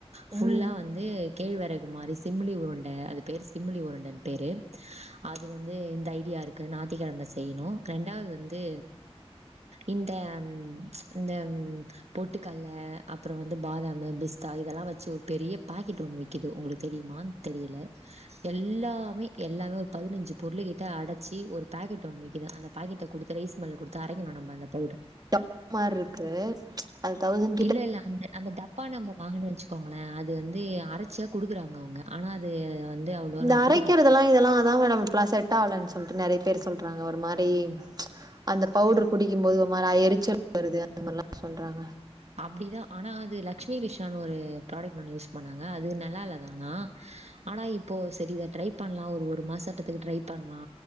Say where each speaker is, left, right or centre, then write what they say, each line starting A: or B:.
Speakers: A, on the right (about 80°); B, on the right (about 35°).
A: ஃபுல்லா
B: ம்
A: வந்து கேழ்வெரகு மாரி சிம்மிலி உருண்ட அது பேரு சிம்மிலி உருண்டன் பேரு அது வந்து இந்த ஐடியாருக் நாத்திக்கெழம் தா செய்யணு ரெண்டாவது வந்து இந்த இந்தம் பொட்டுக்கல்ல அப்றோ வந்து பாதாமு பிஸ்தா இதெல்லா வெச்சு ஒரு பெரிய பாக்கெட் ஒண்ணு விக்கிது உங்ளுக் தெரியுமான் தெரியல எல்லாமே எல்லாமே ஒரு பதினஞ்சு பொருள் கிட்ட அடச்சி ஒரு பேக்கெட் ஒண்ணு விக்கிது அந்த பாக்கெட்ட குடுத்து ரைஸ் மில்ல குடுத்து அரைக்கணு நம்ம அந்த பவுட்ரு
B: டப் மார்ருக்கு அது தௌசண்
A: இல்ல இல்ல அந்த அந்த டப்பா நம்ப வாங்கணு வெச்சு க்கோங்ளே அது வந்து அரச்சியா குடுக்குறாங்க அவுங்க ஆனா அது வந்து அவ்ளோவு
B: இந்த
A: நா
B: அரைக்கிறதெல்லா
A: புடிக்கல
B: இதெல்லா அதா மேடம் இப்பல்லா செட் ஆவலன் சொல்ட்டு நெறய பேரு சொல்றாங்க ஒரு மாதி அந்த பவுட்ரு குடிக்கிம்போது ஒரு மாரியா எரிச்சல் வருது அந்த மார்லா சொல்றாங்க
A: அப்டிதா ஆனா அது லக்ஷ்மி ரிஷான்னு ஒரு ப்ராடக்ட் ஒன்னு யூஸ் பண்ணாங்க அது நல்லா இல்லதா ஆனா ஆனா இப்போ சரி இத ட்ரை பண்லா ஒரு ஒரு மாசத்துக்கு ட்ரை பண்ணலா